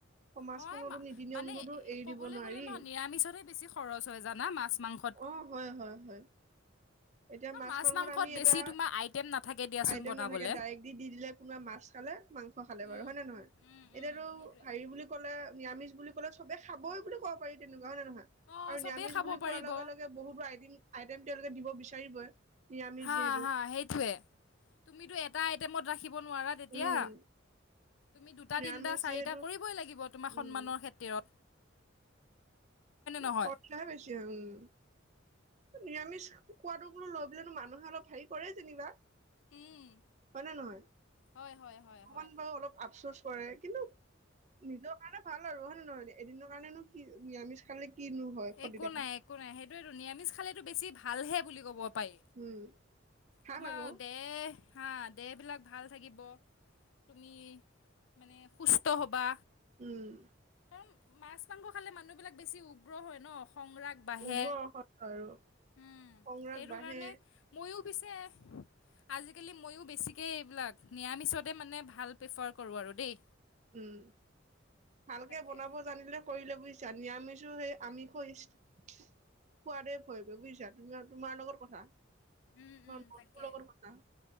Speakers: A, on the right; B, on the left.
A: সমাজখনতো
B: হয়
A: নীতি নিয়মটোতো
B: মানে
A: এৰি
B: ক'বলৈ
A: দিব নোৱাৰি
B: গলে নহ নিৰামিষতে বেছি খৰচ হয় জানা মাছ মাংস
A: অ হয় হয় হয় এতিয়া
B: কাৰণ
A: মাছ মাংসত আমি
B: বেছি
A: এটা
B: তোমাৰ আইটেম নাথাকে দিয়াচোন
A: আইটেম
B: বনাবলৈ
A: নাথাকে ডাইৰেক্ট দি দি দিলে কোনবা মাছ খালে মাংস খালে
B: উম,
A: বাৰু হয় নে নহয়
B: উম,
A: এতিয়াটো
B: উম, সেইটোৱে।
A: হেৰি বুলি কলে নিৰামিষ বুলি কলে চবে খাবই বুলি কব পাৰি তেনেকুৱা হয় নে নহয়
B: অ',
A: আৰু
B: চবেই
A: নিৰামিষ
B: খাব
A: বুলি
B: পাৰিব।
A: কোৱাৰ লগে লগে বহুতো আইদিম আইটেম তেওঁলোকে দিব বিচাৰিবই নিৰামিষ
B: হা
A: যিহেতু
B: হা সেইটোয়ে তুমিটো এটা আইটেমত নোৱাৰা তেতিয়া।
A: উম
B: তুমি দুটা
A: নিৰামিষ
B: তিনিটা চাৰিটা
A: যিহেতু
B: কৰিবই লাগিব তোমাৰ
A: উম।
B: সন্মানৰ খাতিৰত নহয়?
A: খৰচাহে বেছি হয় মো নিৰামিষ খোৱাদো লৈ পেলেনো মানুহে অলপ হেৰি কৰে যেনিবা
B: উম,
A: হয় নে নহয়
B: হয়, হয়, হয়,
A: অকমান
B: হয়।
A: বাৰু অলপ আপচোচ কৰে কিন্তু নিজৰ কাৰণে ভাল আৰু হয় নে নহয় এদিনৰ কাৰণেনো কি নিৰামিষ খালে কিনো হয় সদিনা
B: একো নাই একো নাই সেইটোয়েটো নিৰামিষ খালেতো বেছি ভালহে বুলি ক'ব পাৰি
A: উম ভাল
B: তোমাৰ
A: আকৌ
B: দেহ দেহ বিলাক ভাল থাকিব তুমি মানে সুস্থ হ'বা
A: উম
B: কাৰণ মাছ মাংস খালে মানুহ বিলাক বেছি উগ্ৰ হয় ন খং ৰাগ বাঢ়ে
A: উৰ্বৰ অসত্য আৰু
B: উম
A: সংৰাগ
B: সেইটো
A: বাঢ়ে
B: কাৰণে ময়ো পিছে আজিকালি মইও বেছিকে এইবিলাক নিৰামিছতে মানে ভাল প্ৰিফাৰ কৰোঁ আৰু দেই
A: উম ভালকে
B: তাকে।
A: বনাব জানিলে কৰিলে বুজি আমিজো হে আমি কৈছ খোৱাদেই ভয়ব বুজিছা তুমি তোমাৰ লগত কথা ম
B: উম, উম,
A: ম
B: তাকে।
A: লগৰ কা <unintelligible>